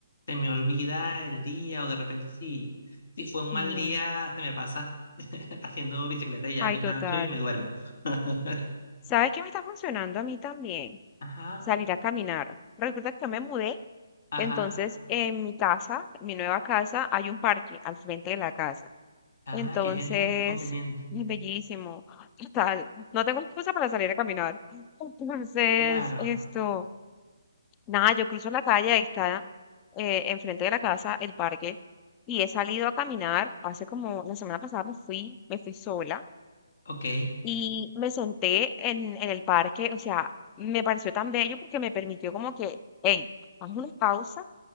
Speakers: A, on the left; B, on the left.
A: se me olvida el día o de repente si, si fue un
B: Sí.
A: mal día, se me pasa <laughs> haciendo bicicleta y ya
B: Ay,
A: me
B: total.
A: canso y me duermo. <laughs>
B: ¿Sabes qué me está funcionando a mí también?
A: Ajá,
B: Salir a caminar. Resulta que yo me mudé,
A: ajá.
B: entonces en mi casa, mi nueva casa, hay un parque al frente de la casa.
A: Ah,
B: Entonces,
A: qué genial, qué conveniente.
B: es bellísimo. Total, no tengo excusa para salir a caminar. Entonces,
A: Claro.
B: esto, nada, yo cruzo la calle, ahí está, eh, enfrente de la casa, el parque, y he salido a caminar. Hace como la semana pasada me fui, me fui sola
A: Ok,
B: y me senté en, en el parque. O sea, me pareció tan bello porque me permitió como que, hey, haz una pausa